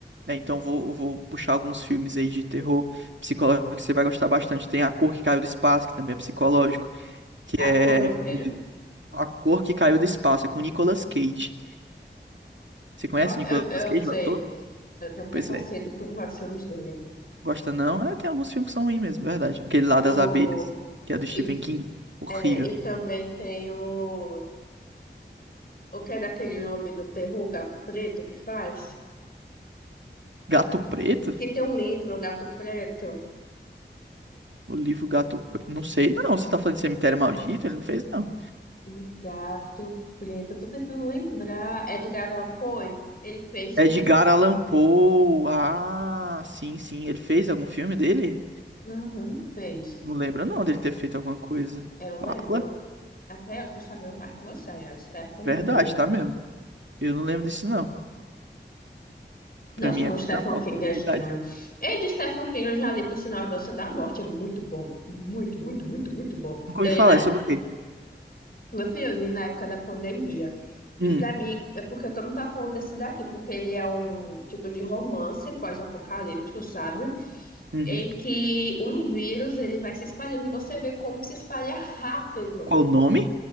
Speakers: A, on the right; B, on the left.
A: É, então vou, vou puxar alguns filmes aí de terror psicológico que você vai gostar bastante. Tem A Cor que Caiu do Espaço, que também é psicológico, que é
B: A cor, o quê?
A: A Cor que Caiu do Espaço, é com Nicolas Cage. Você conhece
B: Ó,
A: o Nicolas
B: Eu, eu,
A: Cage,
B: sei.
A: o ator?
B: Eu tenho preconceito
A: Pois é.
B: porque eu não gosto de filmes dele.
A: Gosta não? É, tem alguns filmes que são ruins mesmo, é verdade. Aquele lá das
B: O
A: abelhas, que é do Stephen
B: E,
A: King. Horrível.
B: é, e também tem o, o que é daquele homem do terror, o Gato Preto, que faz?
A: Gato Preto?
B: Que tem um livro, o Gato Preto.
A: O livro Gato Preto. Não sei, não. Você tá falando de Cemitério Maldito? Ele não fez, não.
B: O Gato Preto, eu tô tentando lembrar. Edgar Allan Poe, ele fez
A: Edgar
B: um.
A: Allan Poe. Ah, sim, sim. Ele fez algum filme dele?
B: Uhum, fez.
A: Não lembro não dele ter feito alguma coisa.
B: Eu
A: Fala.
B: lembro. Até eu tô sabendo mais que você, ó, Stephen
A: Verdade,
B: King.
A: tá mesmo. Eu não lembro disso não.
B: Nossa,
A: Pra mim
B: com
A: é coisa
B: Stephen
A: nova,
B: King
A: é
B: é
A: novidade.
B: estranho. E de Stephen King eu já li, por sinal, A Dança da Morte. É muito bom. Muito, muito, muito, muito bom.
A: Nunca
B: E
A: ouvi
B: aí,
A: falar,
B: na
A: é sobre o quê?
B: Meu filho, eu li na época da pandemia. E
A: Hum,
B: pra mim, é porque todo mundo tá falando desse daqui, porque ele é um tipo de romance pós-apocalíptico, sabe?
A: uhum.
B: Em que um vírus ele vai se espalhando e você vê como se espalha rápido
A: Qual o nome?